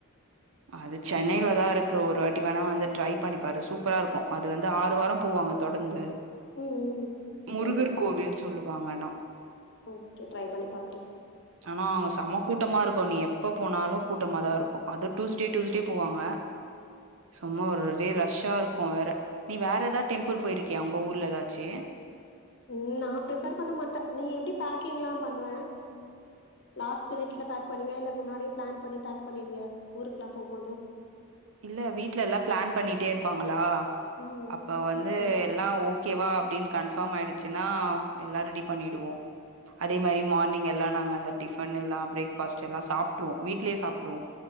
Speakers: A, on the right; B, on the left.
A: அது சென்னையில தா இருக்கு ஒரு வாட்டி வேணா வந்து ட்ரை பண்ணிப்பாரு சூப்பரா இருக்கும் அது வந்து ஆறு வாரம் போவாங்க தொடர்ந்து
B: ம் ம்
A: முருகர்
B: ட்ரை பண்ணி பாக்குறே
A: கோவில் சொல்லுவாங்கன்னா
B: ஓகே ட்ரை பண்ணி பாக்குறே
A: ஆனா அவங்க செமக்கூட்டமா இருக்கும் நீ எ எப்போ போனாலும் கூட்டமாக தான் இருக்கும் அது டூஸ்டே டூஸ்டே போவாங்க சும்மா ஒரே ரஷ்ஷா இருக்கும் வேற நீ வேற எதா டெம்பிள் போயிருக்கிய உங்க ஊர்ல ஏதாச்சு
B: உம் நான் பிரஃபர் பண்ண மாட்டேன் நீ எப்டி பேக்கிங்ல்லாம் பண்ணுவேன் லாஸ்ட் மினிட்ல பேக் பண்ணுவிய இல்ல முன்னாடியே பிளான் பண்ணி பேக் பண்ணிடுவியா ஊருக்லாம் போ போது
A: இல்ல வீட்ல எல்லாம் பிளான் பண்ணிட்டே இருப்பாங்களா
B: ம்.
A: அப்ப வந்து
B: ஓகே.
A: எல்லாம் ஓகேவா அப்படின்னு கன்ஃபார்ம் ஆயிடு ச்சுனா எல்லா ரெடி பண்ணிடுவோ அதே மாரி மார்னிங் எல்லா நாங்க டிஃபன் எல்லா பிரேக் ஃபாஸ்ட் எல்லா சாப்ட்ருவோ வீட்லயே சாப்ட்ருவோ